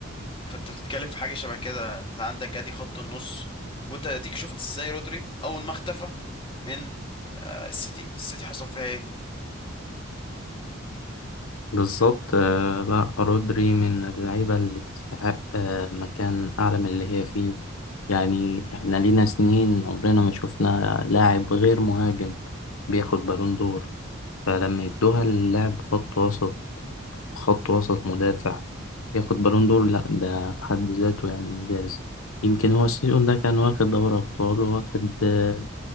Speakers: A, on the left; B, on the left.
A: فانت بتتكلم في حاجه شبه كده انت عندك ادي خط النص وانت اديك شفت ازاي رودري اول ما اختفى من آه، السيتي السيتي حصل فيها ايه
B: بالظبط
A: بس
B: آه لا رودري من اللعيبة اللي تستحق آه مكان أعلى من اللي هي فيه يعني احنا لينا سنين عمرنا ما شفنا لاعب غير مهاجم بياخد بالون دور فلما يدوها اللاعب خط وسط خط وسط مدافع ياخد بالون دور لا ده في حد ذاته يعني إنجاز يمكن هو السيزون ده كان واخد دوري أبطال وواخد آه،